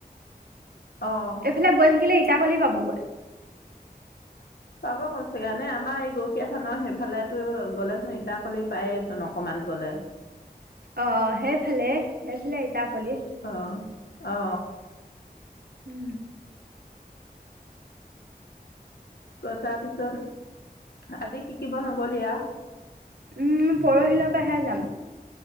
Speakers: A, on the left (about 80°); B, on the right (about 70°).
A: অ
B: এপিনে গৈ থাকিলে ইটাখুলি পাবগৈ।
A: পাব গৈ ছাগে এনে আমাৰ এই গৰখীয়াা থানৰ সেইফালেতো গ'লেচোন ইটা কলি পাইছোন। অকণমান গ'লে।
B: অ সেইফালে সেইফালে ইটা কলি।
A: অ অ
B: উম
A: কথাতটো আজি শিকিব নগলি আউ।
B: উম পৰহিলৰ পৰাহে যাম।